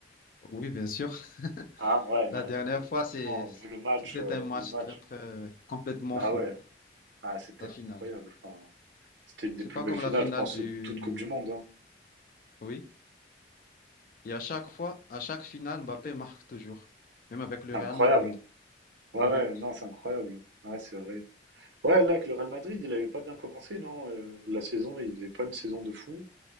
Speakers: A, on the left; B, on the right.
A: Oui, bien sûr. <laughs>
B: Hein? Ouais, elle
A: La
B: méritait
A: dernière
B: de gagner.
A: fois,
B: Franchement,
A: c'est,
B: vu le match,
A: c'était
B: euh,
A: un match
B: vu le match,
A: très, très complètement
B: bah
A: fou,
B: ouais, ah, c'était
A: la
B: incroyable.
A: finale.
B: Enfin, c'était une des
A: C'est
B: plus
A: pas
B: belles
A: comme
B: finales,
A: la finale
B: je pense,
A: du...
B: de toute Coupe du Monde. hein.
A: Oui. Et à chaque fois, à chaque finale, Mbappé marque toujours, même avec le
B: C'est
A: Real
B: incroyable.
A: Madrid.
B: Ouais,
A: Oui.
B: ouais, non, c'est incroyable. Ouais, c'est vrai. Ouais, là, avec le Real Madrid, il avait pas bien commencé, non? euh, la saison, il faisait pas une saison de fou.